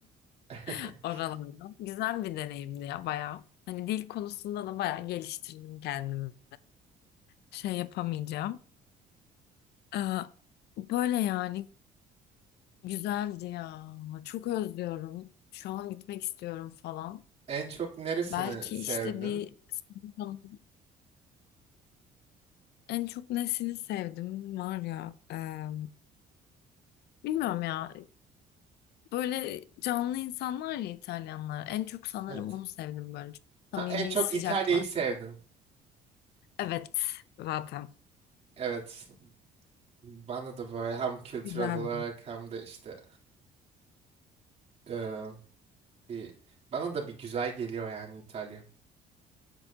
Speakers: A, on the right; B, on the left.
A: <laughs>
B: <laughs> oralarda. Güzel bir deneyimdi ya bayağı. Hani dil konusunda da bayağı geliştirdim kendimi. Şey yapamayacağım. Ee, böyle yani güzeldi ya. Çok özlüyorum. Şu an gitmek istiyorum falan.
A: En çok neresini
B: Belki
A: sevdin?
B: işte bir <laughs> en çok nesini sevdim var ya. eee, bilmiyorum ya. Böyle canlı insanlar ya İtalyanlar. En çok sanırım
A: Evet.
B: onu sevdim böyle. Çok
A: Ha,
B: samimi,
A: en çok
B: sıcaklar.
A: İtalya'yı sevdin.
B: Evet zaten.
A: Evet. Bana da böyle hem kültürel
B: Güzel.
A: olarak hem de işte eee, bir bana da bir güzel geliyor yani İtalya.